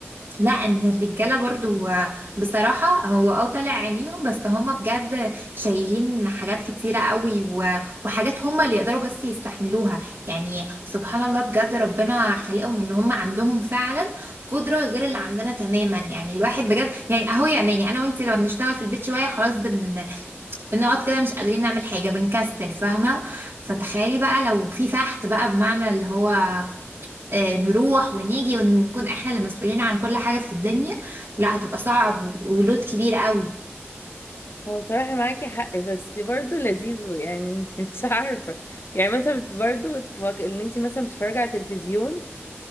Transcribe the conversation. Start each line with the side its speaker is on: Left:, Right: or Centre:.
Right: لا ان الرجاله برضو بصراحه هو اه طالع عينيهم بس هما بجد شايلين حاجات كتيره قوي و- وحاجات هما اللي يقدروا بس يستحملوها يعني سبحان الله بجد ربنا خلقهم ان هما عندهم فعلا قدره غير اللي عندنا تماما يعني الواحد بجد يعني اهو يا اماني انا وانت لما بنشتغل في البيت شويه خلاص بن بنقعد كده مش قادرين نعمل حاجة بنكسل فاهمة فتخيلي بقى لو في فحت بقى بمعنى اللي هو آه، نروح ونيجي ونكون احنا اللي مسؤولين عن كل حاجة في الدنيا لا هتبقى صعب و- ولود كبير قوي
Left: هو صراحة معاكي حق بس برضه لذيذ يعني <laughs> مش عارفة يعني مثلا برضه تفك... ان انت مثلا بتتفرجي على التلفزيون